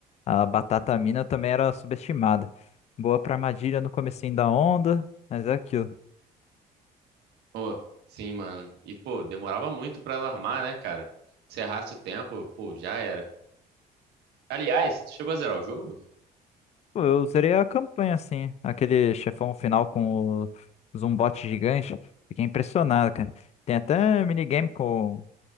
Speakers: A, on the left; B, on the right.
A: A batata mina também era subestimada. Boa pra armadilha no comecinho da onda, mas é aquilo.
B: Pô, sim, mano. E, pô, demorava muito pra ela armar, né, cara? Se errasse o tempo, pô, já era. Aliás, tu chegou a zerar o jogo?
A: Pô, eu zerei a campanha assim, aquele chefão final com o zumbote gigante. Fiquei impressionado, cara. Tem até minigame com,